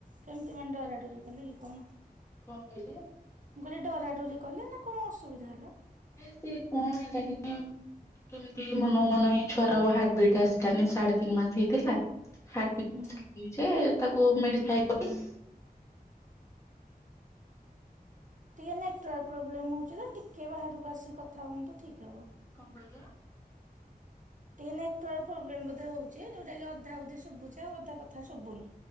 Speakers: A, on the right; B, on the left.
A: କେମିତି ମାନେ ଡରା ଡୋରି କଲେ କି କଣ?
B: କଣ କହିଲେ।
A: ମୁଁ କହିଲି ଡରାଡୁରି କଲେ ନା କଣ ଅସୁବିଧା ହେଲା।
B: ସେ କଣ ହେଲା <unintelligible> କେମିତି ମନକୁ ମନ ଏଇ ଛୁଆର ହାର୍ଟ ବିଟ ଆସିଲାନି ସାଢେ ତିନି ମାସ ହେଇଥିଲା। ହାର୍ଟବିଟ୍
A: ହୁଁ
B: ଚେକ୍
A: ହୁଁ
B: କଲି ଯେ ତାକୁ <unintelligible>
A: ଟିକେ ନେଟୱାର୍କ ପ୍ରୋବ୍ଲେମ ହଉଛି ତ ଟିକେ ବାହାରକୁ ଆସି କଥା ହୁଅନ୍ତୁ ଠିକ ହବ।
B: କଣ କହିଲେ?
A: ଟିକେ ନେଟାର୍କ ପ୍ରୋବ୍ଲେମ ବୋଧେ ହଉଚି ଯୋଉଟା କି ଅଧା କଥା ଶୁଭୁଛି ଆଉ ଅଧା କଥା ଶୁଭୁନି।